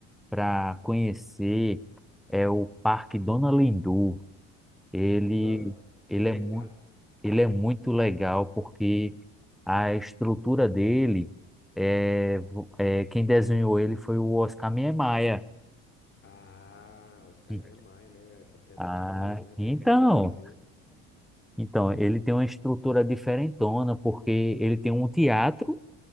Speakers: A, in the centre; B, on the left (about 35°).
A: para conhecer, é o Parque Dona Lindu. Ele,
B: Ah, o
A: ele
B: que é que
A: é
B: tem
A: muito
B: lá?
A: ele é muito legal porque a estrutura dele é, vo- é quem desenhou ele foi o Oscar Niemeyer.
B: Ah, Oscar
A: E-
B: Niemeyer, né? Arquiteto
A: Ah,
B: famoso, né? Tá
A: então,
B: em todo o Brasil.
A: então ele tem uma estrutura diferentona porque ele tem um teatro,